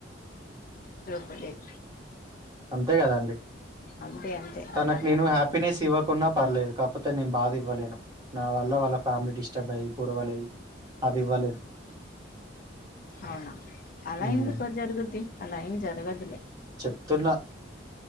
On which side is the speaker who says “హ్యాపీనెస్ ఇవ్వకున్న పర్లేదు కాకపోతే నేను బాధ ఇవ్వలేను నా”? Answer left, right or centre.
Right